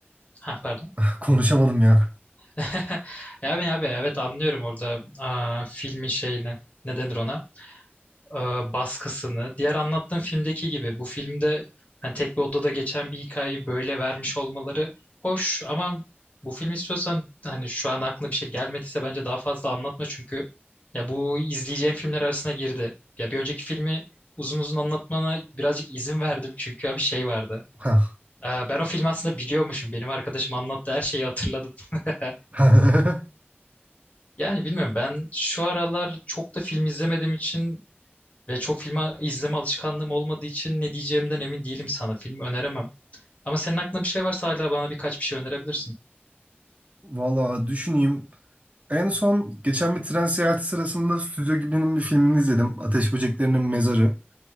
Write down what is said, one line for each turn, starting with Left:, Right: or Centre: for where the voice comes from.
Left: Ha pardon.
Right: <laughs> konuşamadım ya.
Left: <laughs> Ya abi abi evet anlıyorum orada e, filmin şeyini. Ne denir ona? e, baskısını, diğer anlattığım filmdeki gibi bu filmde hani tek bir odada geçen bir hikayeyi böyle vermiş olmaları hoş ama bu film istiyorsan hani şu an aklına bir şey gelmediyse bence daha fazla anlatma çünkü ya bu izleyeceğim filmler arasına girdi. Ya bir önceki filmi uzun uzun anlatmana birazcık izin verdim çünkü ya bir şey vardı.
Right: Hah.
Left: E, Ben o filmi aslında biliyormuşum. Benim arkadaşım anlattı her şeyi hatırladım. <laughs>
Right: <laughs>
Left: Yani bilmiyorum ben şu aralar çok da film izlemediğim için ve çok film izleme alışkanlığım olmadığı için ne diyeceğimden emin değilim sana. Film öneremem. Ama senin aklında bir şey varsa hala bana birkaç bir şey önerebilirsin.
Right: Valla düşüneyim. En son geçen bir tren seyahati sırasında Stüdyo Ghibli'nin bir filmini izledim. Ateş Böceklerinin Mezarı.